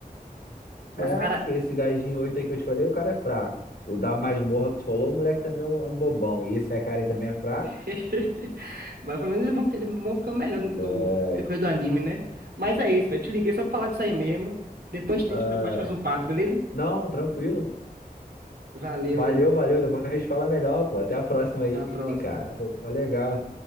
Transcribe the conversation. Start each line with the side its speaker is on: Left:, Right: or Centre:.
Right: Mas,
Left: É,
Right: cara.
Left: porque esse gajinho 8 aí que eu te falei, o cara é fraco. O da masmorra que tu falou, o moleque também é um é um bobão. E esse cara aí também é fraco.
Right: <laughs> Mas pelo menos eles vão, ficar- eles vão ficando melhor no
Left: É.
Right: decorrer do anime, né? Mas é isso, velho. Te liguei só pra falar disso aí mesmo. Depois a
Left: <laughs>
Right: gente bate mais um papo, beleza?
Left: Não, tranquilo.
Right: Valeu,
Left: Valeu,
Right: Vini.
Left: valeu. Depois a gente fala melhor, pô. Até a próxima aí,
Right: Até a próxima.
Left: cara. Pô, legal.